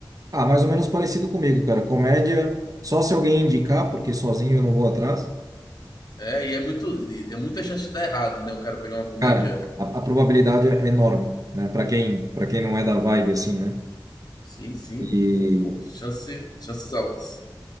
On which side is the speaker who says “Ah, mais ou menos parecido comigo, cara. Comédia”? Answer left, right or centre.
Right